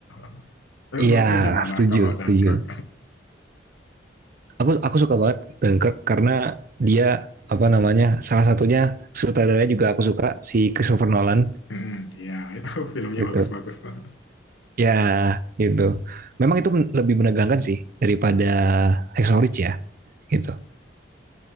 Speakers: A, on the left (about 80°); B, on the right (about 50°).
A: <laughs> Tapi menurutmu
B: Iya
A: gimana
B: setuju
A: kalau Dunkirk?
B: setuju. Aku aku suka banget Dunkirk karena dia apa namanya salah satunya sutradaranya juga aku suka si Christopher Nolan
A: Mhm, ya itu <laughs> filmnya
B: gitu.
A: bagus-bagus tuh.
B: Ya gitu. Memang itu lebih menegangkan sih daripada Hexorich ya gitu.